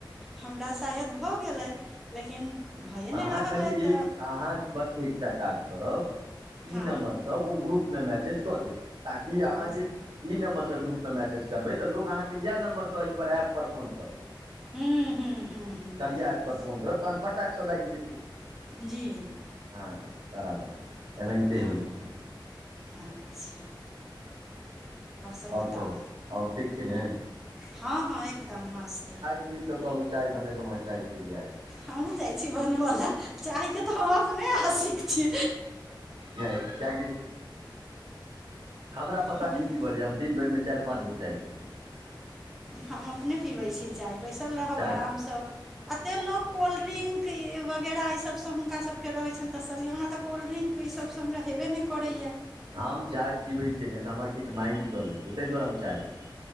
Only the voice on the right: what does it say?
अहाँ
खाली
एक अहाँ बस एकटा काज करब
ई नम्बरसँ
ओ ग्रुप या मैसेज कऽ देब ताकि अहाँ
जे ई नम्बरसँ ग्रुप मे मैसेज करबै तऽ लोग अहाँके इएह नम्बरसँ एहिपर एप पर फोन करत
करिया
एप फोन करब तहन फटाक से लाएग जेतै
हँ बराबर एनाहिते
होइ छै
आओर
कहू आओर ठीक छी ने
अब तऽ कहू चाय बनेलौं हें चाय पि लिए आइ
नय कियाकि हमरा पता
नय की भऽ जाइया हम दिन भरिमे चारि पाँच बेर चाय पीबै छियै
चाय
हम चाय पीबै छियै ने तऽ हमर किछ माइंड चलै छै तई दुआरे हम चाय पीबै